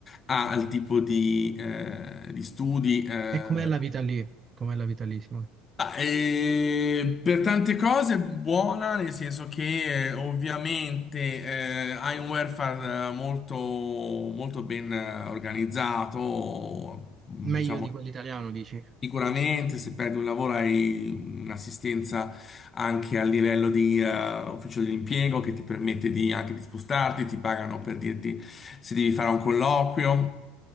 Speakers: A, on the left; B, on the right.
A: a- al tipo di, eh, di studi, eh,
B: E com'è la vita lì? Com'è la vita lì, Simone?
A: Ah, eh, per tante cose buona, nel senso che eh, ovviamente eh, hai un welfare eh, molto, molto ben eh, organizzato, mm,
B: Meglio
A: diciamo
B: di quell'italiano, dici?
A: Sicuramente, se perdi un lavoro hai un'assistenza anche a livello di eh, ufficio dell'impiego che ti permette di, anche di spostarti, ti pagano per dirti se devi fare un colloquio,